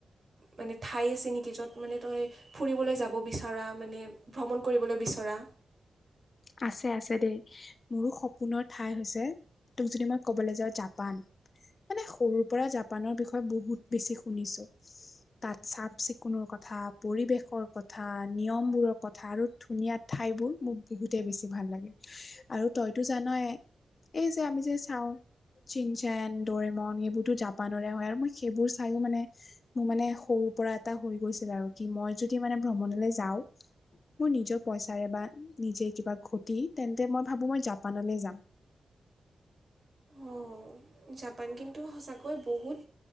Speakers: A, on the right; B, on the left.
A: মানে ঠাই আছে নেকি য'ত মানে তই ফুৰিবলৈ যাব বিচৰা মানে ভ্ৰমণ কৰিবলৈ বিচৰা? ধৰা
B: আছে-আছে দেই। মোৰো সপোনৰ ঠাই হৈছে তোক যদি মই ক'বলৈ যাওঁ জাপান। মানে সৰুৰ পৰা জাপানৰ বিষয়ে বহুত বেছি শুনিছোঁ। তাত চাফ চিকুণৰ কথা, পৰিৱেশৰ কথা, নিয়ম বোৰৰ কথা আৰু ধুনীয়া ঠাইবোৰ মোৰ বহুতে বেছি ভাল লাগে আৰু তইতো জানই এই যে আমি যে চাওঁ চিনচেন ড'ৰেমন এইবোৰতো জাপানৰে হয় আৰু মই সেইবোৰ চায়ো মানে মোৰ মানে সৰু পৰা এটা হৈ গৈছিল আৰু কি মই যদি মানে ভ্ৰমণলৈ যাওঁ। মোৰ নিজৰ পইচাৰে বা নিজে কিবা ঘটি তেন্তে মই ভাবোঁ মই জাপানলৈ যাম।
A: অঁ, জাপান কিন্তু সঁচাকৈ বহুত